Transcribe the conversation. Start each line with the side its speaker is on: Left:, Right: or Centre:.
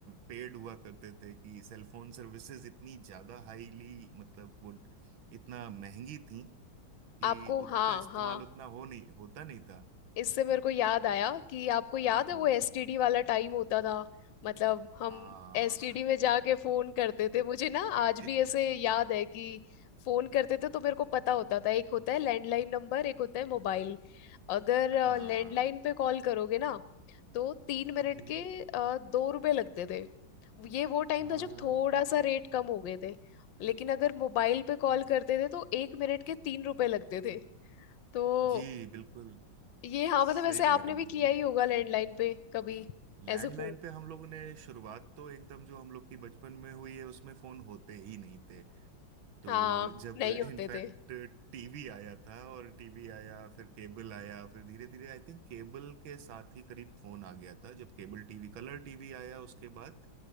Right: पेड हुआ करते थे कि सेलफोन सर्विसेज इतनी ज्यादा हाईली मतलब वो इतना महंगी थी कि
Left: आपको
Right: उसका
Left: हाँ
Right: इस्तेमाल
Left: हाँ
Right: उतना हो नहीं होता नहीं था
Left: इससे मेरे को याद आया कि आपको याद है
Right: हम्म।
Left: वो एसटीडी वाला टाइम होता था मतलब हम
Right: हाँ
Left: एसटीडी में जाके फोन करते थे मुझे ना आज
Right: <laughs>
Left: भी ऐसे याद है कि फोन करते थे तो मेरे को पता होता था एक होता है लैंडलाइन नंबर एक होता है मोबाइल अगर
Right: हाँ
Left: लैंडलाइन पे कॉल करोगे ना तो तीन मिनट
Right: जी
Left: के अ, दो रुपए लगते थे ये वो टाइम
Right: हाँ
Left: था जब थोड़ा सा रेट कम हो गए थे लेकिन अगर मोबाइल पे कॉल करते थे तो एक मिनट के तीन रुपए लगते थे तो
Right: जी बिल्कुल
Left: ये हाँ
Right: सही
Left: मतलब ऐसे आपने
Right: कह रही
Left: भी किया
Right: हैं
Left: ही होगा लैंडलाइन पे कभी
Right: लैंडलाइन
Left: ऐसे फोन
Right: पे हम लोगों ने शुरुआत तो एकदम जो हम लोग की बचपन में हुई है उसमें फोन होते ही नहीं थे तो
Left: हाँ
Right: जब
Left: नहीं होते
Right: इनफैक्ट
Left: थे
Right: टीवी आया था और टीवी आया फिर केबल आया फिर धीरे धीरे आई थिंक केबल के साथ ही करीब फोन आ गया था जब केबल टीवी कलर टीवी आया उसके बाद